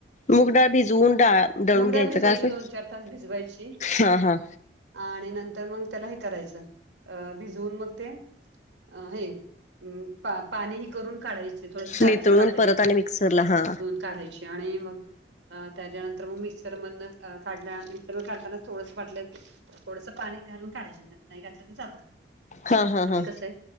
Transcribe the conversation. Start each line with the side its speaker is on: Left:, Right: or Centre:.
Left: मुगडाळ भिजवून डा दळून
Right: मुगडा
Left: घ्यायचं
Right: भिजवायची
Left: का असं?
Right: दोन चार तास भिजवायची
Left: हा हा
Right: आणि नंतर मग त्याला हे करायचं अ भिजवून मग ते अ हे पा पाणी ही करून काढायचे थोडस जाडसर
Left: नितळून
Right: वाटायची
Left: परत आणि मिक्सरला हा
Right: काढायची आणि मग अ त्याच्यानंतर मग मिक्सर मधनं मिक्सर म काढतानाच थोडंस वाटलं थोडस पाणी घालून काढायची नाही घातलं तर चालतं
Left: हा हा
Right: म्हणजे
Left: हा
Right: कसंय